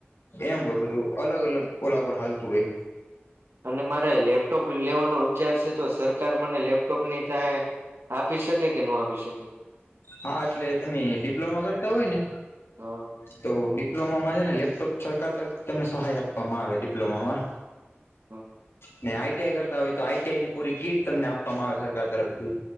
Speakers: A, on the left; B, on the right.
A: એમ હોય બધું અલગ-અલગ ઓલા પર હાલતું હોય.
B: અને મારે લેપટોપ લેવાનો વિચાર છે, તો સરકાર મને લેપ ટોપની સહાય આપી શકે કે ન આપી શકે?
A: હા, એટલે તમે ડિપ્લોમા કરતા હોય ને
B: હા
A: તો ડિપ્લોમામાં છે ને લેપટોપ સરકાર તરફ તમને સહાય આપવામાં આવે ડિપ્લોમામાં.
B: <inaudible>
A: ન આઈટીઆઈ કરતા હોય. તો આઈટીઆઈ ની પૂરી કીટ તમને આપવામાં આવે સરકાર તરફથી